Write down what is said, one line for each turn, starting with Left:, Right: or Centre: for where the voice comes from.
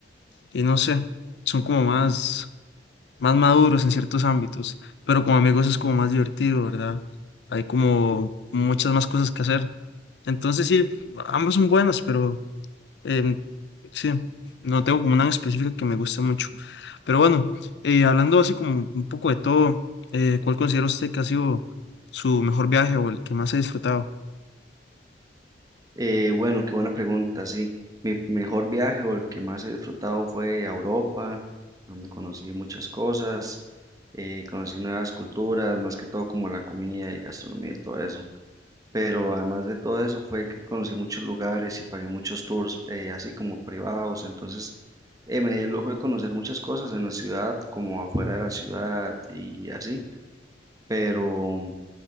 Left: y no sé, son como más, más maduros en ciertos ámbitos, pero con amigos es como más divertido, ¿verdad? Hay como muchas más cosas que hacer. Entonces sí, ambos son buenos, pero em, sí, no tengo como una en específico que me guste mucho. Pero bueno, eh, hablando así como un poco de todo, eh, ¿cuál considera usted que ha sido su mejor viaje o el que más ha disfrutado?
Right: Eh, bueno, qué buena pregunta, sí. Mi mejor viaje o el que más he disfrutado fue a Europa, donde conocí muchas cosas, eh, conocí nuevas culturas, más que todo como la comida y gastronomía y todo eso. Pero además de todo eso fue que conocí muchos lugares y pagué muchos tours, eh, así como privados. Entonces, eh, me di el lujo de conocer muchas cosas en la ciudad, como afuera de la ciudad y así. Pero